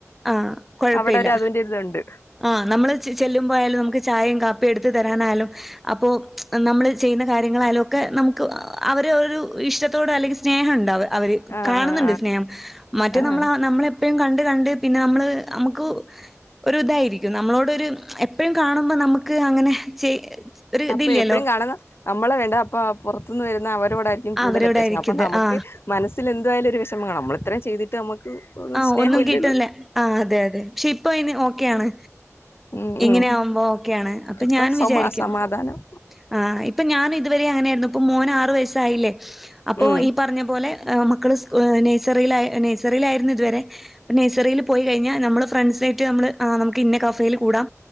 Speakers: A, in the centre; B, on the left.
A: ആഹ കൊഴപ്പല്ല
B: അവിടെ ഒരു അതിന്റെ ഇതുണ്ട്
A: ആ നമ്മള് ചെല്ലുമ്പോയാലും നമുക്ക് ചായയും കാപ്പിയും എടുത്ത് ചെയ്ത്ത് തരാനാലും അപ്പോൾ നമ്മൾ ചെയ്യുന്ന കാര്യങ്ങളായാലും ഒക്കെ നമുക്ക് അവർ ഒരു ഇഷ്ടത്തോട് അല്ലെങ്കിൽ സ്നേഹം ഉണ്ടാവ അവര്
B: ആഹ്
A: കാണുന്നുണ്ട്
B: ആഹ്
A: സ്നേഹം മറ്റേ
B: ആഹ്
A: നമ്മള
B: ആഹ്
A: നമ്മളെ എപ്പഴുംകണ്ട് കണ്ട് പിന്നെ നമ്മള് നമുക്ക് ഒരു ഇതായിരിക്കും നമ്മളോടൊരു എപ്പോഴും കാണുമ്പോൾ നമുക്ക് അങ്ങനെ ചെ ഒരു
B: അപ്പൊ
A: ഇതില്ലല്ലോ
B: എപ്പഴും കാണുന്ന നമ്മളെ വേണ്ട അപ്പൊ അ പുറത്ത് ഇന്ന് വരുന്നഅവൾ നമ്മളോട് ആയിരിക്കുംകൂടുതൽ
A: അവരോടായിരിക്കും
B: അറ്റാച്ച് അപ്പൊ
A: ഇത്
B: നമുക്ക്
A: ആ
B: മസ്സിൽ എ ഏതായാലും വിഷമം കാണും നമ്മൾ ഇത്ര ചെയ്തിട്ട് നമുക്ക് ഒരു
A: ആഹ
B: സ്നേഹം
A: ഒന്നും
B: ഇല്ലല്ലോ
A: കിട്ടില്ലേ ആ അതെ അതെ പക്ഷെ ഇപ്പോഇന് ഓക്കെയ ആണ്
B: ഉം
A: ഇങ്ങനെയ
B: ഉം
A: ആവുമ്പോ ഓക്കെയ ആണ് അപ്പൊ
B: ഇപ്പൊ
A: ഞാൻ
B: സമാ
A: വിചാരിക്കും
B: സമാധാനം
A: ആ ഇപ്പൊ ഞാൻ ഇത് വരെ അങ്ങനെയായിരുന്നു ഇപ്പോ മോന് ആറ് വയസ്സായില്ലേ അപ്പോ
B: ഉം
A: ഈ പറഞ്ഞ പോലെ മക്കൾ സ്‌കൂ നഴ്‌സറിയിൽ ആ നഴ്സറിയിലായിരുന്നു ത്‌ വരെ നഴ്സറിൽ പോയി കഴിഞ്ഞാൽ നമ്മള് ഫ്രണ്ട്സും ആയിട്ട് നമ്മൾ നമുക്ക് ഇന്ന കഫയിൽ കൂടാം